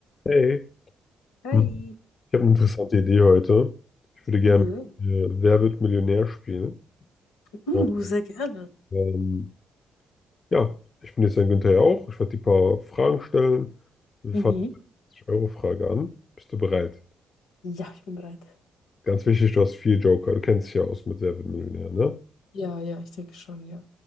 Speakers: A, on the left; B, on the left.
A: Hey,
B: Hi.
A: Hm. ich habe eine interessante Idee heute. Ich würde gerne
B: Mhm.
A: äh, Wer wird Millionär spielen.
B: Uh,
A: Und,
B: sehr gerne.
A: ähm, ja, ich bin jetzt ein Günther ja auch. Ich werde dir ein paar Fragen stellen. Wir
B: Mhm.
A: fangen mit der 50-Euro-Frage an. Bist du bereit?
B: Ja, ich bin bereit.
A: Ganz wichtig, du hast vier Joker. Du kennst dich ja aus mit Wer wird Millionär, ne?
B: Ja, ja, ich denke schon, ja.